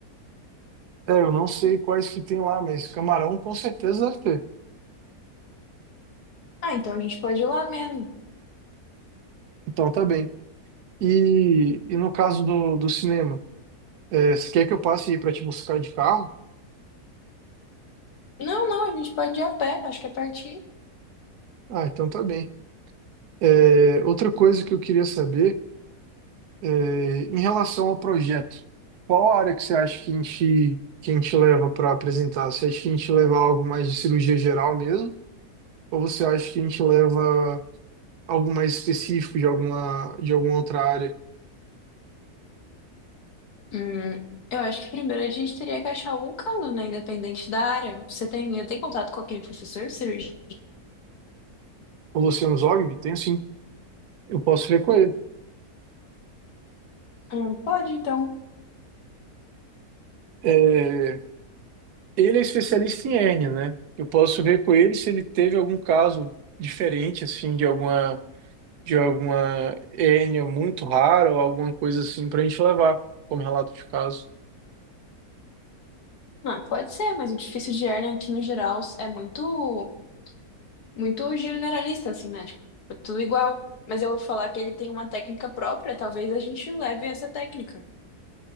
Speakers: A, on the right; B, on the left.
A: É, eu não sei quais que tem lá, mas camarão com certeza deve ter.
B: Ah, então a gente pode ir lá mesmo.
A: Então tá bem. E, e no caso do, do cinema, é, você quer que eu passe aí pra te buscar de carro?
B: Não, não, a gente pode ir a pé, acho que é pertinho.
A: Ah, então tá bem. É, outra coisa que eu queria saber. É, em relação ao projeto, qual área que você acha que a gente, que a gente leva para apresentar? Você acha que a gente leva algo mais de cirurgia geral mesmo? Ou você acha que a gente leva algo mais específico de alguma, de alguma outra área?
B: Hum, eu acho que primeiro a gente teria que achar algum caso, né? Independente da área. Você tem, tem contato com aquele professor de cirurgia?
A: O Luciano Zogby? Tenho sim, eu posso ver com ele.
B: Hum, pode, então.
A: É, ele é especialista em hérnia, né? Eu posso ver com ele se ele teve algum caso diferente, assim, de alguma, de alguma hérnia muito rara ou alguma coisa assim para a gente levar como relato de caso.
B: Ah, pode ser, mas o difícil de hernia aqui no geral é muito, muito generalista, assim, né? Tipo, é tudo igual. Mas eu vou falar que ele tem uma técnica própria, talvez a gente leve essa técnica.